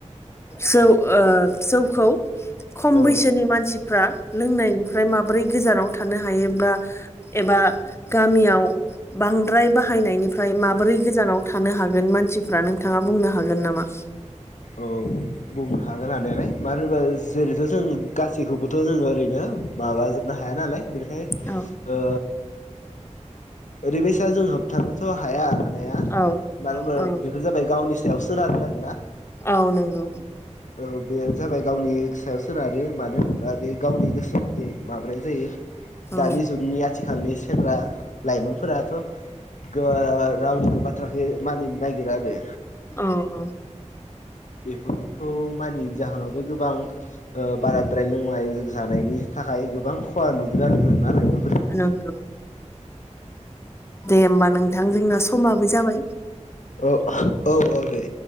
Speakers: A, on the left; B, on the left.
A: जौ ओ जौखौ खम
B: औ
A: बैसोनि मानसिफ्रा लोंनायनिफ्राय माबोरै गोजानाव थानो हायोब्ला एबा गामियाव बांद्राय बाहायनाय निफ्राय माबोरै गोजानाव थानो हागोन मानसिफ्रा नोंथाङा बुंनो हागोन नामा।
B: औ। बुंनो हागोन हानायालाय मानो होनबा जेरैथ जों गासैखौबोथ जोङो ओरैनो। माबाजोबनो हाया नालाय बेनिखायनो
A: औ
B: ओ। ओरैबायसा जों होबथानोथ हाया। नाया
A: औ
B: मानो होनबा
A: औ
B: बेफोर जाबाय गावनि सायाव सोनारो आरोना।
A: औ नोंगौ।
B: औ बे जाबाय गावनि सायाव सोनारो मानो होनोब्ला बे गावनि गोसो मथे माबानाय जायो।
A: औ
B: दानि जुगनि आथिखालनि सेंग्रा लाइमोनफोराथ गो। बांङा रावनिबो बाथ्राखौ मानिनो नागिरा आरो।
A: औ औ
B: बेफोरखौ मानियैनि जाहोनावबो गोबां। ओ बाराद्राय लोंनाय जानायनि थाखाय गोबां खहा नुगोन आरो नालाय।
A: नोंगौ दे होमबा नोंथां जोंना समाबो जाबाय।
B: औ औ औ दे।